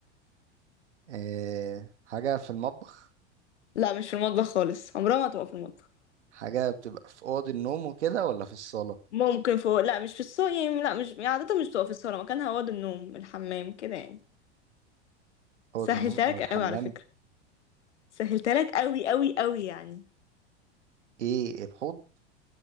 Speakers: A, on the right; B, on the left.
A: أه حاجة في المطبخ
B: لا مش في المطبخ خالص عمرها ما هتبقى في المطبخ
A: حاجة بتبقى في أوض النوم وكده ولا في الصالة
B: ممكن فوق لا مش في الصالة يعني لا مش يعني عادة مش بتبقى في الصالة مكانها أوض النوم الحمام كده يعني
A: أوض
B: سهلتها
A: النوم أو
B: لك
A: الحمام
B: قوي على فكرة سهلتها لك قوي قوي قوي يعني
A: إيه الحوض